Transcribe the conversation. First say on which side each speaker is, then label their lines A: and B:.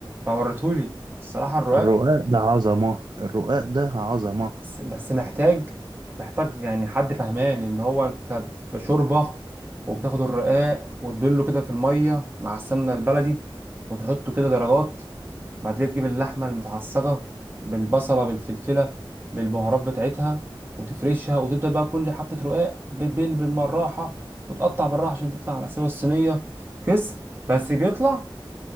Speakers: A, on the right; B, on the right.
A: فورتهولي الصراحه الرقاق
B: الرقاق ده عظمة الرقاق ده عظمة
A: بس بس محتاج محتاج يعني حد فهمان ان هو انت في شوربه وبتاخد الرقاق وتبله كده في الميه مع السمنه البلدي وتحطه كده درجات بعد كده تجيب اللحمه المتعصجه بالبصله بالفلفله بالبهارات بتاعتها وتفرشها وتبدا بقى كل حته رقاق بتبل بالمراحه وتقطع بالراحه عشان تطلع على سوا الصينيه كس بس بيطلع